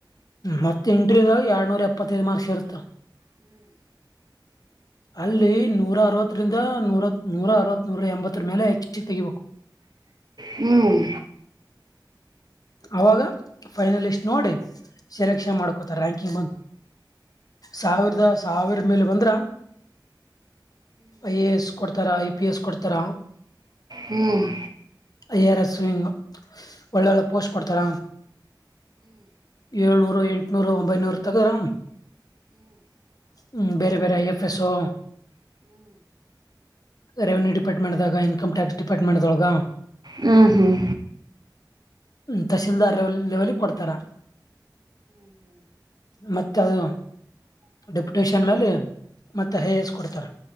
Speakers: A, on the left; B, on the right.
A: ಮತ್ತೆ ಎಂಟ್ರಿದ ಎರಡ್ನೂರ ಎಪ್ಪತ್ತೈದು ಮಾರ್ಕ್ಸ್ ಇರುತ್ತ ಅಲ್ಲಿ ನೂರ ಅರವತ್ತರಿಂದ ನೂರ ನೂರ ಅರವತ್ ನೂರ ಎಂಬತ್ತ ಮೇಲೆ ಹೆಚ್ಚಿ ತೆಗಿಬೇಕು
B: ಹ್ಮ್
A: ಅವಾಗ ಫೈನಲಿಸ್ಟ್ ನೋಡಿ ಸೆಲೆಕ್ಷನ್ ಮಾಡ್ಕೋತಾರ ರ್ಯಾಂಕಿಂಗ್ ಬಂದ ಸಾವಿರದ ಸಾವಿರ ಮೇಲೆ ಬಂದ್ರ ಐ ಎ ಎಸ್ ಕೊಡ್ತಾರ ಐ ಪಿ ಎಸ್ ಕೊಡ್ತಾರ
B: ಹ್ಮ್
A: ಅಯ್ಯರ್ಸ್ ಹಂಗ ಒಳ್ಳೆ ಒಳ್ಳೆ ಪೋಸ್ಟ್ ಕೊಡ್ತಾರ ಏಳ್ನೂರು ಎಂಟನೂರು ಒಂಬೈನೂರು ತಗರ ಹ್ಮ್ ಬೇರೆ ಬೇರೆ ಐ್ಯಫಸೋ ರೆವನ್ಯೂ ಡಿಪಾರ್ಟ್ಮೆಂಟ್ದಾಗ ಇನ್ಕಮ್ ಟ್ಯಾಕ್ಸ್ ಡಿಪಾರ್ಟ್ಮೆಂಟ್ದೊಳಗ
B: ಹ್ಮ್ ಹ್ಮ್
A: ತಹಶೀಲ್ದಾರ್ ಲೆವೆಲಿ ಕೊಡ್ತಾರ ಮತ್ತೆ ಅದು ಡೆಪ್ಯುಟೇಶನ್ ಮೇಲೆ ಮತ್ತೆ ಹೇ ಎಸ್ ಕೊಡ್ತಾರೆ